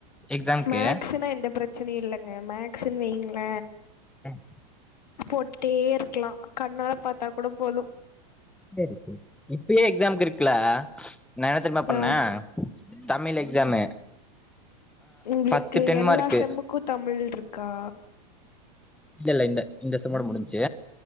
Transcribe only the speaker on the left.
மேக்ஸ்னா எந்த பிர ச்சனையு இல்லைங்க மேக்சுன் வைங்கள
போட்டுடே இருக்கலாம் கண்ணால பார்த்தா கூட போதும்
ஆ
உங்களுக்கு
எல்லா
செம்முக்கும் தமிழ் இருக்கா